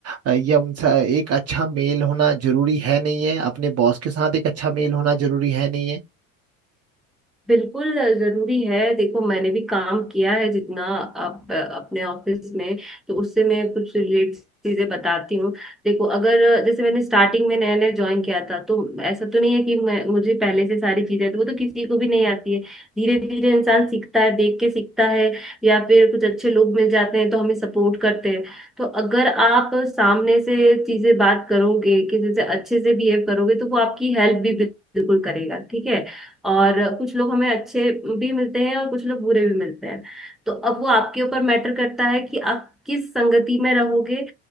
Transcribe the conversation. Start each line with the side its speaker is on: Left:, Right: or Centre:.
Right: अ, या उनसे एक अच्छा मेल होना जरूरी है नहीं है अपने बॉस के साथ एक अच्छा मेल होना जरूरी है नहीं है
Centre: बिल्कुल अ, जरूरी है देखो मैंने भी काम किया है जितना आप अ, अपने ऑफिस में तो उससे मैं कुछ रिलेट चीजें बताती हूँ देखो अगर अ, जैसे मैंने स्टार्टिंग में नया नया ज्वाइन किया था तो ऐसा तो नहीं है कि मैं मुझे पहले से सारी चीजें तो वो तो किसी को भी नहीं आती है धीरे धीरे इंसान सीखता है देख के सीखता है या फिर कुछ अच्छे लोग मिल जाते हैं तो हमें सपोर्ट करते हैं तो अगर आप सामने से चीजें बात करोगे किसी से अच्छे से बिहेव करोगे तो वो आपकी हेल्प भी बिल्कुल करेगा ठीक है और कुछ लोग हमें अच्छे भी मिलते हैं और कुछ लोग बुरे भी मिलते हैं तो अब वो आपके ऊपर मैटर करता है कि आप किस संगति में रहोगे